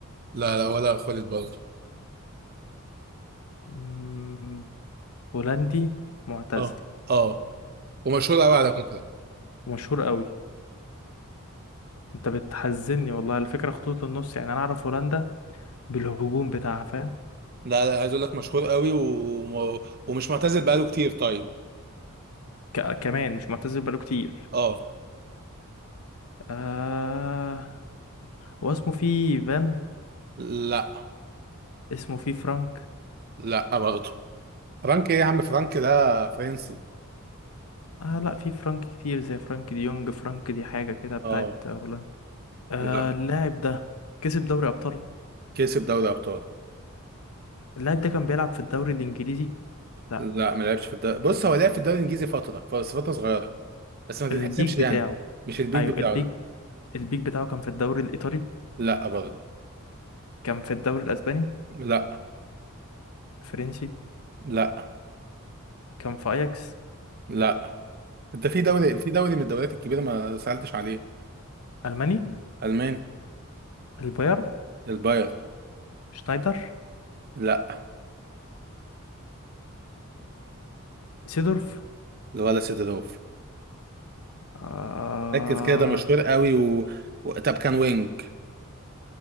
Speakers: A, on the right; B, on the left.
A: لا لا ولا خالد برضه
B: مم، هولندي معتزل
A: اه اه ومشهور قوي على فكره
B: مشهور قوي انت بتحزني والله الفكرة خطوط النص يعني انا اعرف هولندا بالهجوم بتاعها فاهم
A: لا لا عايز اقول لك مشهور قوي و... و... ومش معتزل بقاله كتير طيب
B: ك- كمان مش معتزل بقاله كتير
A: اه
B: آه هو اسمه فيه فان
A: لا
B: اسمه فيه فرانك
A: لا برضه فرانك ايه يا عم فرانك ده فرنسي
B: آه لا في فرانك كتير زي فرانك دي يونج فرانك دي حاجة كده بتاعت
A: اه
B: هولندا آه
A: لا
B: اللاعب ده كسب دوري أبطال
A: كسب دوري ابطال
B: اللاعب ده كان بيلعب في الدوري الإنجليزي لا
A: لا ما لعبش في الدوري بص هو لعب في الدوري الانجليزي فتره بس فتره صغيره بس ما تتحسبش
B: البيك
A: يعني
B: بتاعه
A: مش البيك
B: أيوه
A: بتاعه
B: البيك
A: ده
B: البيك بتاعه كان في الدوري الإيطالي
A: لا برضه
B: كان في الدوري الأسباني
A: لا
B: الفرنسي
A: لا
B: كان في أياكس
A: لا انت في دوري في دوري من الدوريات الكبيره ما سالتش عليه
B: الألماني
A: الماني
B: البايرن
A: الباير
B: شنايدر
A: لا
B: سيدورف
A: ولا سيدروف
B: آه
A: ركز كده ده مشهور قوي و... و... طب كان وينج